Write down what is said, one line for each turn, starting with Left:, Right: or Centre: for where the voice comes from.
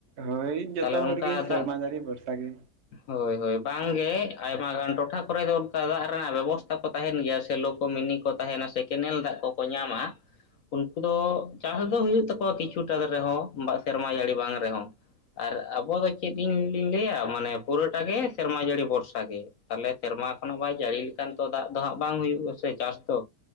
Right: ᱦᱳᱭ ᱡᱚᱛᱚ
Left: ᱛᱟᱦᱚᱞᱮ
Right: ᱦᱚᱲ
Left: ᱚᱱᱠᱟ
Right: ᱜᱮ ᱥᱮᱨᱢᱟ
Left: ᱫᱟᱜ
Right: ᱡᱟᱲᱤ ᱵᱚᱨᱥᱟ ᱜᱮ᱾
Left: ᱦᱳᱭ ᱦᱳᱭ ᱵᱟᱝᱜᱮ ᱟᱭᱢᱟ ᱜᱟᱱ ᱴᱚᱴᱷᱟ ᱠᱚᱨᱮ ᱫᱚ ᱚᱱᱠᱟ ᱫᱚ ᱫᱟᱜᱽ ᱨᱮᱱᱟᱜ ᱵᱮᱵᱚᱥᱛᱷᱟ ᱠᱚ ᱛᱟᱦᱮᱱ ᱜᱮᱭᱟ ᱥᱮᱞᱳ ᱠᱚ ᱢᱤᱱᱤ ᱠᱚ ᱛᱟᱦᱮᱱᱟ ᱥᱮ ᱠᱮᱱᱮᱞ ᱫᱟᱜᱽ ᱠᱚᱠᱚ ᱧᱟᱢᱟ᱾ ᱩᱱᱠᱩ ᱫᱚ ᱪᱟᱥ ᱫᱚ ᱦᱩᱭᱩᱜ ᱛᱟᱠᱚᱣᱟ ᱠᱤᱪᱷᱩᱴᱟ ᱨᱮᱦᱚᱸ ᱵᱟ ᱥᱮᱨᱢᱟ ᱡᱟᱹᱲᱤ ᱵᱟᱝ ᱨᱮᱦᱚᱸ ᱟᱨ ᱟᱵᱚ ᱫᱚ ᱪᱮᱫ ᱤᱧ ᱞᱤᱧ ᱞᱟᱹᱭᱟ ᱢᱟᱱᱮ ᱯᱩᱨᱟᱹᱴᱟ ᱜᱮ ᱥᱮᱨᱢᱟ ᱡᱟᱹᱲᱤ ᱵᱷᱚᱨᱥᱟ ᱜᱮ ᱛᱟᱞᱦᱮ ᱥᱮᱨᱢᱟ ᱠᱷᱚᱱᱚ ᱵᱟᱭ ᱡᱟᱹᱲᱤ ᱞᱤᱠᱷᱟᱱ ᱛᱚ ᱫᱟᱜ ᱫᱚ ᱦᱟᱸᱜ ᱵᱟᱝ ᱦᱩᱭᱩᱜᱼᱟ ᱥᱮ ᱪᱟᱥ ᱫᱚ